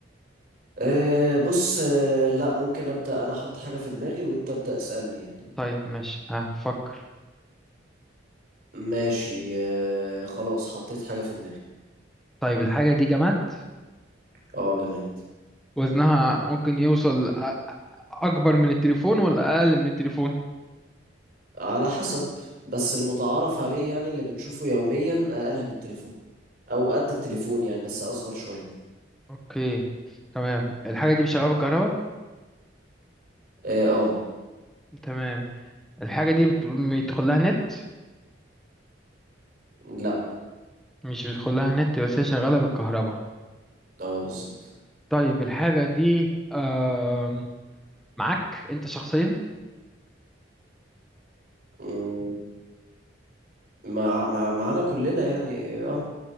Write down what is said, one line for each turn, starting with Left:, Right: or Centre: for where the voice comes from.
Right: أه بص أه لا ممكن ابدأ انا احط حاجة في دماغي وانت ابدأ اسألني يعني
Centre: طيب ماشي ها فكر
Right: ماشي أه خلاص حطيت حاجة في دماغي
Centre: طيب الحاجة دي جماد
Right: اه جماد
Centre: وزنها ممكن يوصل أ- أكبر من التليفون ولا أقل من التليفون
Right: على حسب بس المتعارف عليه يعني اللي بنشوفه يوميا اقل من التليفون او قد التليفون يعني بس اصغر شوية
Centre: أوكي تمام الحاجة دي شغالة بالكهرباء
Right: اه آه،
Centre: تمام الحاجة دي بت- بيدخل لها نت
Right: لا
Centre: مش بيدخل لها نت بس هي شغالة بالكهرباء
Right: اه بالظبط
Centre: طيب الحاجة دي آم، معاك أنت شخصيا
Right: مم، مع مع معانا كلنا يعني اه